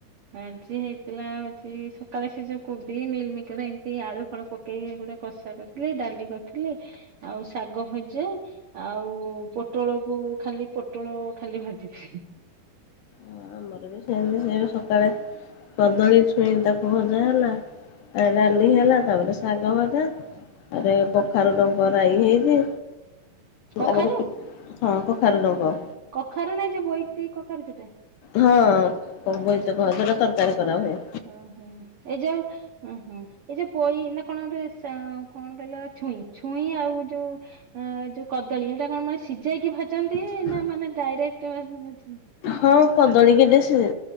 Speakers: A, on the right; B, on the left.
A: ଆଜି ହେଇଥିଲା ହଉଛି, ସକାଳେ ସେ ଯୋ କୋବି ମିଲ୍ ମେକର ଏମ୍ତି ଆଳୁ ଫଳ ପ କେଇ ଗୋଟେ କଷା କରିଥିଲି, ଡାଲି କରିଥିଲି ଆଉ ଶାଗ ଭଜା ଆଉ ପୋଟଳକୁ ଖାଲି ପୋଟଳ ଖାଲି ଭାଜିଥିଲି।
B: ହଁ ଆମର ବି ସେମିତି ସେ ସକାଳେ କଦଳୀ ଛୁଇଁ ତାକୁ ଭଜା ହେଲା ଆଉ ଡାଲି ହେଲା। ତାପରେ ଶାଗ ଭଜା ଆରେ କଖାରୁ ଡଙ୍କ ରାଇ ହେଇଛି।
A: କଖାରୁ
B: ଆମର <unintelligible> ହଁ କଖାରୁ ଡଙ୍କ।
A: କଖାରୁ ନା ଯୋ ବୋଇତି କଖାରୁ ଯୋଟା?
B: ହଁ କ ବୋଇତ କୁହାଯା ସେଇଟା ତରକାରୀ କରା ହୁଏ।
A: ହୁଁ ହୁଁ ଏଇ ଯୋଉ ହୁଁ ହୁଁ ଏ ଯୋ ପୋଇ ନା କଣ ଗୋଟେ ସା କଣ କହିଲ ଛୁଇଁ ଛୁଇଁ ଆଉ ଯୋ ଅଂ ଯୋ କଦଳୀ ଏଇଟା କଣ ମାନେ ସିଝେଇକି ଭାଜନ୍ତି?
B: ହଁ।
A: ନା ମାନେ ଡାଇରେକ୍ଟ ଭାଜୁନା ଛୁଇଁ?
B: ହଁ କଦଳୀ କେତେ ସି